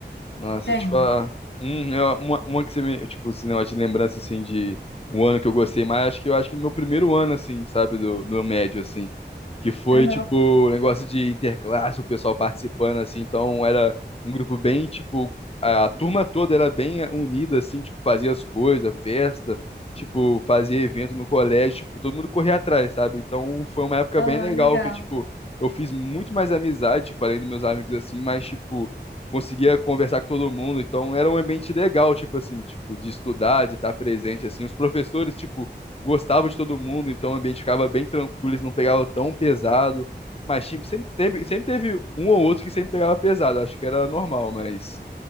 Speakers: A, on the left; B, on the left.
A: Nossa,
B: entende?
A: te falar. Hum, eu- uma, uma que você me. Tipo, esse negócio de lembrança, assim, de um ano que eu gostei mais, acho que eu acho que no meu primeiro ano, assim, sabe, do, do médio, assim. que foi
B: Aham.
A: tipo um negócio de interclasse, o pessoal participando assim, então era um grupo bem tipo a turma toda era bem unida assim, tipo fazia as coisas, festa, tipo fazia evento no colégio, tipo todo mundo corria atrás, sabe? Então foi uma época
B: Ah,
A: bem legal
B: legal.
A: que tipo eu fiz muito mais amizade, tipo além dos meus amigos assim, mas tipo conseguia conversar com todo mundo, então era um ambiente legal, tipo assim, tipo de estudar, de estar presente assim, os professores tipo gostava de todo mundo, então o ambiente ficava bem tranquilo, eles não pegavam tão pesado. Mas tipo, sempre teve, sempre teve um ou outro que sempre pegava pesado, acho que era normal, mas